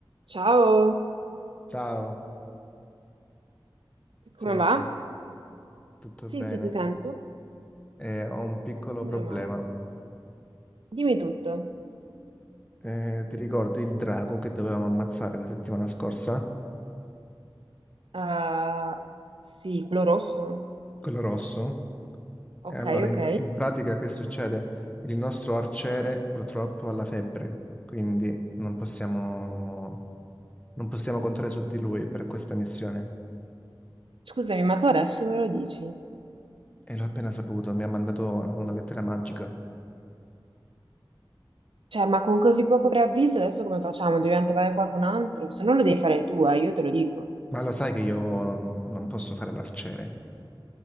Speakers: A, on the right; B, on the left.
A: Ciao,
B: Ciao, senti,
A: come va?
B: tutto
A: Sì,
B: bene?
A: sì, ti sento tu?
B: Eh, ho un piccolo
A: Meno
B: problema.
A: male. Dimmi tutto.
B: Eh, ti ricordi il drago che dovevamo ammazzare la settimana scorsa?
A: Ah, sì, quello rosso.
B: Quello rosso? E
A: Ok,
B: allora,
A: ok.
B: in, in pratica, che succede? Il nostro arciere purtroppo ha la febbre, quindi non possiamo, non possiamo contare su di lui per questa missione.
A: Scusami, ma tu adesso me lo dici?
B: E l'ho appena saputo, mi ha mandato una lettera magica.
A: Cioè, ma con così poco preavviso adesso come facciamo? Dobbiamo trovare qualcun altro? Se non lo devi fare tu, eh, io te lo dico.
B: Ma lo sai che io non posso fare l'arciere,